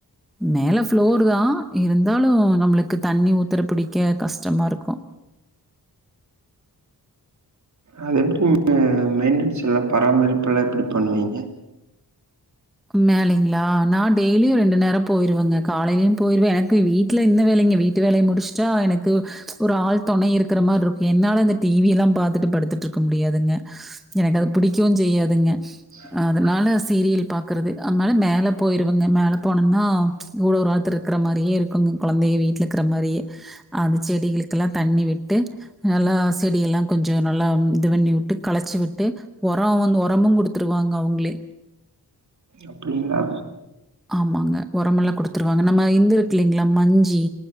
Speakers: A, in the centre; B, on the right (about 45°).
A: மேலே ஃப்ளோர் தா இருந்தாலு நம்மளுக்கு தண்ணி ஊத்த பிடிக்க கஷ்டமா இருக்கு
B: அது எப்டிங்க மெயின்டென்ஸ் எல்லா பராமரிப்புல்லா எப்டி பண்ணுவீங்க
A: மேலிங்ளா நா டெய்லியு ரெண்டு நேரோ போயிருவங்க காலையிலு போயிருவ எனக் கு வீட்ல என்ன வேலைங்க வீட்டு வேலைய முடிச்சுட்டா எனக்கு ஒரு ஆள் தொணை இருக்கிற மார் இருக் என்னால இந்த டி வி எல்லா பாத்துட்டு படுத்துட்டு இருக்க முடியாதுங்க எனக்கு அது பிடிக்கவு செய்யாதுங்க
B: <unintelligible>
A: அதனால சீரியல் பாக்கறது அ மேல போயிருவங்க மேல போனுன்னா இவ்ளோறாத்துரு இருக்குற மாரியே இருக்குங்க கொழந்தைங்க வீட்ல இருக்குற மாரியே அது செடிகளுக்கெல்லா தண்ணி விட்டு நல்லா செடிய எல்லா கொஞ்சோ நல்லா இது பண்ணி வுட்டு களைச்சி விட்டு ஒரா வந்து ஒரமு குடுத்துருவாங்க அவுங்ளே
B: அப்டிங்ளா
A: ஆமாங்க ஒரோமெல்லா குடுத்துருவாங்க நம்ம இந்து இருக்குல்லிங்ளா மஞ்சி